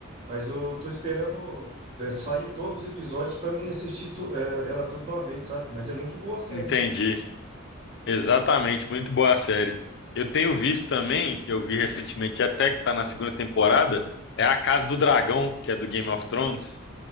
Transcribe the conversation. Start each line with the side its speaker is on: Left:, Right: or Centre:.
Right: Mas eu tô esperando é, sair todos os episódios pra mim assistir tu- é, ela tudo de uma vez, sabe? Mas é muito boa a série,
Left: entendi.
Right: hein?
Left: Exatamente, muito boa a série. Eu tenho visto também, eu vi recentemente até que está na segunda temporada, é a Casa do Dragão, que é do Game of Thrones.